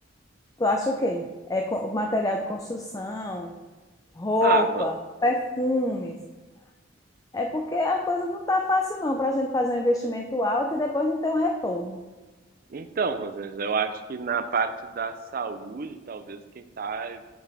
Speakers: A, on the left; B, on the right.
A: tu acha o quê? É co- material de construção, roupa,
B: Ah, Ro-
A: perfumes. É porque a coisa não tá fácil não para a gente fazer um investimento alto e depois não ter um retorno.
B: Então, Rosângela, eu acho que na parte da saúde, talvez quem sabe